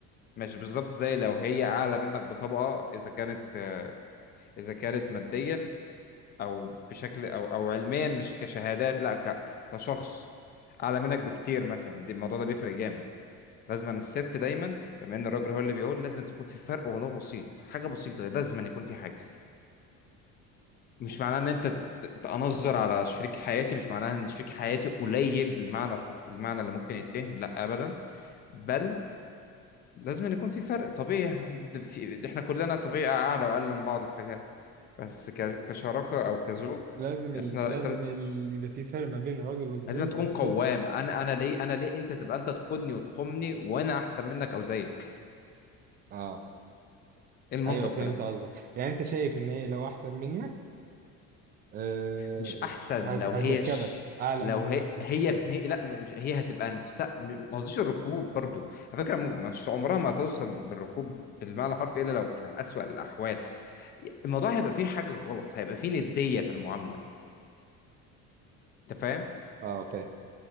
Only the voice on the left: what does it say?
مش بالظبط زي لو هي اعلى منك بطبقه اذا كانت في اذا كانت ماديا او بشكل او او علميا مش كشهادات لا ك كشخص اعلى منك بكتير مثلا دي الموضوع ده بيفرق جامد لازم الست دايما بما ان الراجل هو اللي بيقول لازم تكون في فرق ولو بسيط حاجه بسيطه لازم يكون في حاجه مش معناه ان انت ت- تأنظر على شريك حياتي مش معناها ان شريك حياتي قليل بالمعنى الح- بالمعنى اللي ممكن يتفهم لا ابدا بل لازم يكون في فرق طبيعي ده في ده احنا كلنا طبيعي اعلى واقل من بعض في حاجات بس ك- كشراكه او كزوج
احنا
التلات
لازم تكون
قوام انا انا ليه انا ليه انت تبقى انت تقودني وتقومني وانا احسن منك او زيك
ايه المنطق
في ده
مش احسن
لو
هي ش...
لو
هي
هي في نهاية لا مش... هي هتبقى نفسها م- ما قصديش الركوب برضو على فكره م- مش عمرها ما هتوصل للركوب بالمعنى الحرفي الا لو في اسوأ الاحوال الموضوع هيبقى فيه حاجه غلط هيبقى فيه نديه في المعامله انت فاهم